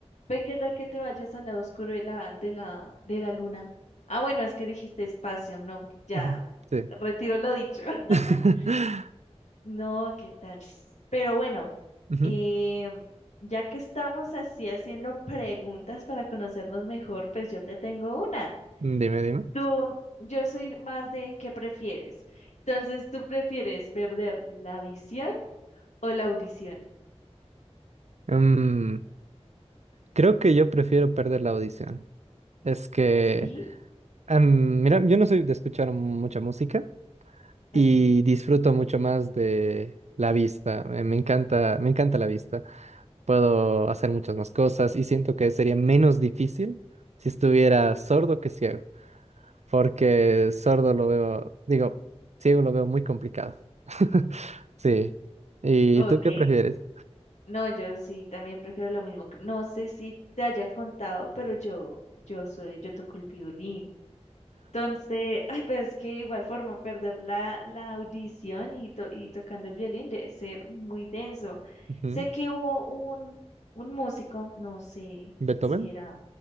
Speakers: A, on the left; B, on the right.
A: Ve qué tal que te vayas al lado oscuro de la, de la, de la luna. Ah, bueno, es que dijiste espacio, no, ya,
B: Ujú, Sí.
A: retiro lo dicho. <laughs>
B: <laughs>
A: No, qué tal. Pero bueno,
B: Ujú,
A: eh, ya que estamos así haciendo preguntas para conocernos mejor, pues yo te tengo una.
B: Dime, dime.
A: Tú, yo soy más de qué prefieres. Entonces, ¿tú prefieres perder la visión o la audición?
B: Mm, creo que yo prefiero perder la audición. Es que,
A: Sí,
B: em, mira, yo no soy de escuchar mucha música.
A: ok,
B: y disfruto mucho más de la vista. Me me encanta, me encanta la vista. Puedo hacer muchas más cosas y siento que sería menos difícil si estuviera sordo que ciego, porque sordo lo veo, digo, ciego lo veo muy complicado. <laughs> Sí. ¿Y
A: ok.
B: tú qué prefieres?
A: No, yo sí, también prefiero lo mismo. No sé si te haya contado, pero yo, yo soy, yo toco el violín. Entonces, ay, pero es que igual forma perder la, la audición y, to- y tocando el violín debe ser muy denso.
B: Ujú.
A: Sé que hubo un, un músico, no sé
B: ¿Beethoven?
A: si era,